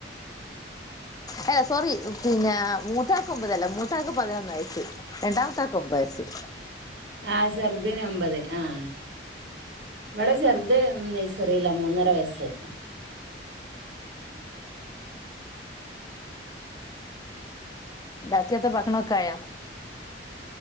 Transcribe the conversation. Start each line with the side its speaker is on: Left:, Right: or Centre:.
Left: അല്ല സോറി പിന്നെ മൂറത്താക്ക് ഒൻമ്പതല്ല മൂറത്താക്ക് പതിനൊന്ന് വയസ്സ് രണ്ടാംത്താക്ക് ഒമ്പയസ്സു
Right: ആ സെറ്തിന് ഒമ്പത് ആഹ് ഇവടെ ചെറ്ത് നെയ്സെറീലാ മൂന്നര വയസ്സ്
Left: രാത്രികാത്തെ ഭക്കണോക്കായ